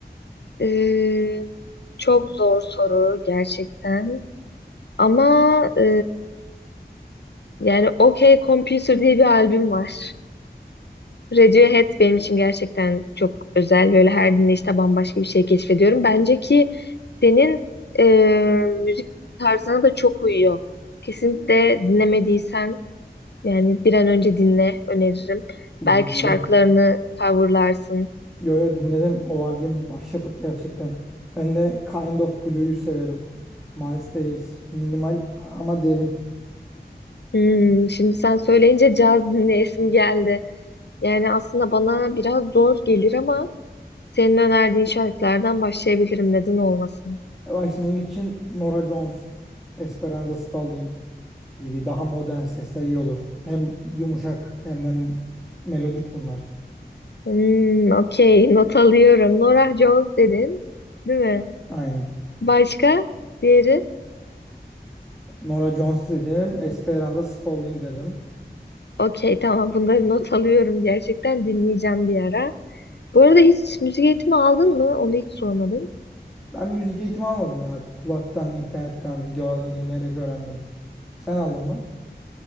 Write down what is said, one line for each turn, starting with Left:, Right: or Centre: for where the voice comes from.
Left: Ee, çok zor soru gerçekten. Ama e, yani OK Computer diye bir albüm var. Radiohead benim için gerçekten çok özel. Böyle her dinleyişte bambaşka bir şey keşfediyorum. Bence ki senin e, müzik tarzına da çok uyuyor. Kesinlikle dinlemediysen yani bir an önce dinle öneririm.
Centre: Dinledim.
Left: Belki şarkılarını coverlarsın.
Centre: Yo yo dinledim. O albüm bir başyapıt gerçekten. Ben de Kind of Blue'yu severim. Miles Davis. Minimal ama derin.
Left: Hmm, şimdi sen söyleyince caz dinleyesim geldi. Yani aslında bana biraz zor gelir ama senin önerdiğin şarkılardan başlayabilirim. Neden olmasın?
Centre: Başlangıç için Norah Jones, Esperanza Spalding gibi daha modern sesler iyi olur. Hem yumuşak hem de melodik bunlar.
Left: Hmm, okey. Not alıyorum. Norah Jones dedin. Değil mi?
Centre: Aynı.
Left: Başka? Diğeri?
Centre: Norah Jones dedim, Esperanza Spalding dedim.
Left: Okey tamam. Bunları not alıyorum. Gerçekten dinleyeceğim bir ara. Bu arada hiç müzik eğitimi aldın mı? Onu hiç sormadım.
Centre: Ben müzik eğitimi almadım ya. Kulaktan, internetten, videolardan dinleyerek öğrendim. Sen aldın mı?